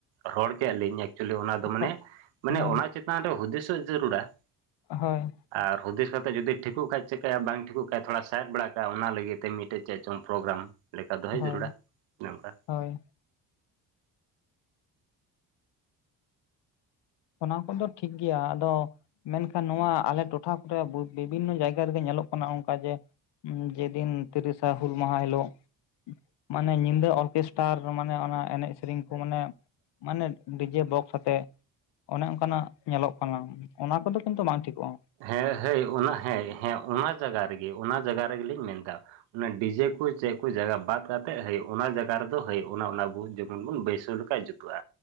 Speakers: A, on the right; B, on the left.
A: ᱨᱚᱲ ᱠᱮᱫ-ᱟ ᱞᱤᱧ ᱮᱠᱪᱩᱭᱮᱞᱤ ᱚᱱᱟ ᱫᱚ ᱢᱟᱱᱮ
B: ᱦᱳᱭ
A: ᱢᱟᱱᱮ
B: ᱦᱳᱭ
A: ᱚᱱᱟ ᱪᱮ ᱛᱟᱱ ᱨᱮ ᱦᱩᱫᱮᱥᱚᱜ ᱡᱟᱹᱨᱩᱲᱟ ᱾
B: ᱦᱳᱭ ᱾
A: ᱟᱨ ᱦᱩᱫᱤᱥ ᱠᱟᱛᱮ ᱡᱩᱫᱤ ᱴᱷᱤᱠᱩᱜ ᱠᱷᱟᱡ ᱪᱮᱠᱟᱹᱭᱟ ᱵᱟᱝ ᱴᱷᱤᱠᱩᱜ ᱠᱷᱟᱡ ᱛᱷᱚᱲᱟ ᱥᱟ ᱥᱟᱦᱮᱫ ᱵᱟᱲᱟ ᱠᱟᱜᱼᱟ ᱚᱱᱟ ᱞᱟᱹᱜᱤᱫ ᱛᱮ ᱢᱤᱫᱴᱮᱡ ᱪᱮᱫ ᱪᱚᱝ ᱯᱨᱳᱜᱽᱨᱟᱢ ᱞᱮᱠᱟ ᱫᱚᱦᱚᱭ
B: ᱦᱳᱭ
A: ᱡᱟᱹᱨᱩᱲᱟ ᱚᱱᱮ ᱚᱱᱠᱟ ᱾
B: ᱦᱳᱭ ᱾ ᱚᱱᱟ ᱠᱚᱫᱚ ᱴᱷᱤᱠ ᱜᱮᱭᱟ ᱟᱫᱚ, ᱢᱮᱱᱠᱷᱟᱱ ᱱᱚᱣᱟ ᱟᱞᱮ ᱴᱚᱴᱷᱟ ᱠᱚᱨᱮ ᱵᱤᱵᱷᱤᱱᱱᱚ ᱡᱟᱭᱜᱟ ᱨᱮᱜᱮ ᱧᱮᱞᱚᱜ ᱠᱟᱱᱟ ᱚᱱᱠᱟ ᱡᱮ ᱡᱮᱫᱤᱱ ᱛᱤᱨᱤᱥᱟ ᱦᱩᱞ ᱢᱟᱦᱟ ᱦᱤᱞᱳᱜ, ᱢᱟᱱᱮ ᱧᱤᱫᱟᱹ ᱚᱨᱠᱮᱥᱴᱟᱨ ᱢᱟᱱᱮ ᱚᱱᱟ ᱮᱱᱮᱡ ᱥᱮᱨᱮᱧ ᱠᱚ ᱢᱟᱱᱮ, ᱢᱟᱱᱮ ᱰᱤᱡᱮ ᱵᱚᱠᱥ ᱟᱛᱮ, ᱚᱱᱮ ᱚᱱᱠᱟᱱᱟᱜ ᱧᱮᱞᱚᱜ ᱠᱟᱱᱟ ᱚᱱᱟ ᱠᱚᱫᱚ ᱠᱤᱱᱛᱩ ᱵᱟᱝ ᱴᱷᱤᱠᱚᱜᱼᱟ ᱾
A: ᱦᱮᱸᱦᱮᱸ ᱚᱱᱟ ᱦᱮᱸᱭ ᱚᱱᱟ ᱡᱟᱜᱟ ᱨᱮᱜᱮ ᱚᱱᱟ ᱡᱟᱜᱟ ᱨᱮᱜᱮᱞᱤᱧ ᱢᱮᱱᱫᱟ ᱾ ᱚᱱᱟ ᱰᱤᱡᱮ ᱠᱚ ᱪᱮᱫ ᱠᱚ ᱡᱟᱜᱟ ᱵᱟᱫ ᱠᱟᱛᱮ ᱦᱟᱹᱭ ᱚᱱᱟ ᱡᱟᱜᱟ ᱨᱮᱫᱚ ᱦᱟᱹᱭ ᱚᱱᱟ ᱚᱱᱟ ᱵᱩ ᱡᱮᱠᱢᱚᱱ ᱵᱚᱱ ᱵᱟᱹᱭᱥᱟᱹᱣ ᱞᱮᱠᱷᱟᱱ, ᱵᱟᱭ ᱡᱩᱛᱩᱜᱼᱟ